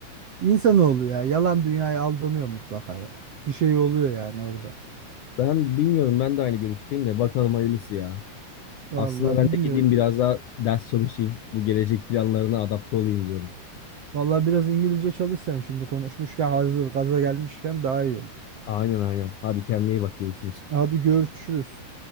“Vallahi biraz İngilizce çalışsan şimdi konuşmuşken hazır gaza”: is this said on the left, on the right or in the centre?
Right